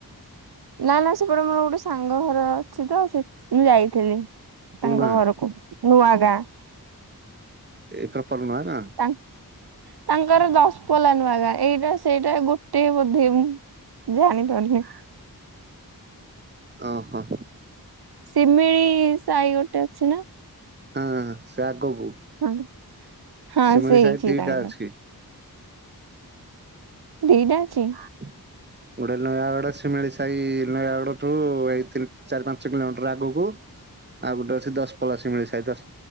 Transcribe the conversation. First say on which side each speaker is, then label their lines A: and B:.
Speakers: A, on the right; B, on the right.
A: ନା ନା ସେପଟେ ମୋର ଗୋଟେ ସାଙ୍ଗ ଘର ଅଛି ତ, ସେ ସେଠି କି ମୁଁ ଯାଇଥିଲି
B: କୋଉ
A: ତାଙ୍କ
B: ଗାଁ
A: ଘରକୁ ନୂଆ ଗାଁ।
B: ଏଇ ପ୍ରପର ମହାରା?
A: ତାଙ୍କ୍ ତାଙ୍କର ଦଶପଲ୍ଲା ନୁଆଁ ଗାଁ, ଏଇଟା ସେଇଟା ଗୋଟେ ବୋଧେ ମୁଁ ଜାଣିପାରୁନେଇଁ।
B: ଅଁ ହୋ।
A: ଶି ମି ଳି ସାହି ଗୋଟେ ଅଛି ନା?
B: ହଁ ହଁ ସେ ଆଗକୁ
A: ହଁ, ହଁ
B: ଶିମିଳି
A: ସେଇଠି
B: ସାହି ଦିଟା
A: ତାଙ୍କର।
B: ଅଛି।
A: ଦିଟା ଅଛି?
B: <unintelligible> ଗୋଟେ ନୟାଗଡ ଶିମିଳି ସାଇ ନୟାଗଡ ଠୁ ଏଇ ତିନ୍, ଚାରି, ପାଞ୍ଚ କିଲୋମିଟର ଆଗକୁ ଆଉ ଗୋଟେ ଅଛି ଦଶପଲ୍ଲା ଶିମିଳି ସାଇ ଦଶ୍